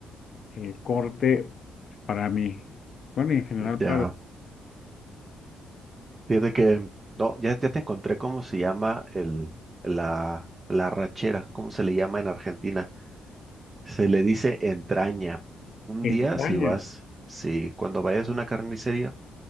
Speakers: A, on the left; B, on the right.
A: el corte para mí. Bueno, y en general
B: Ya.
A: para la
B: Fíjate que, no, ya, ya te encontré cómo se llama el, la, la rachera, cómo se le llama en Argentina. Se le dice entraña. Un
A: entraña.
B: día, si vas, si cuando vayas a una carnicería,